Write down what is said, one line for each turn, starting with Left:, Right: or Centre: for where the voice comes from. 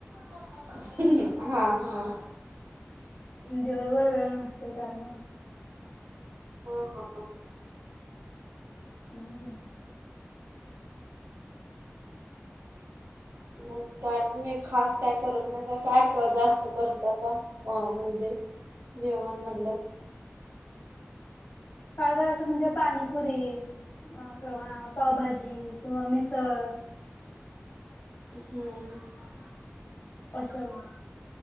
Right: हा. हा.
Left: दिवसभर वेळ नसते त्यामुळं.
Right: हा हा.
Left: <unintelligible> <inaudible>
Right: मग काय मी खास काय करत नाय, काय जास्त करता का? अं म्हणजे जेवणमधलं?
Left: काय तरी असं म्हणजे पाणीपुरी. मग आता हा पावभाजी किंवा मिसळ
Right: हम्म <inaudible>
Left: असं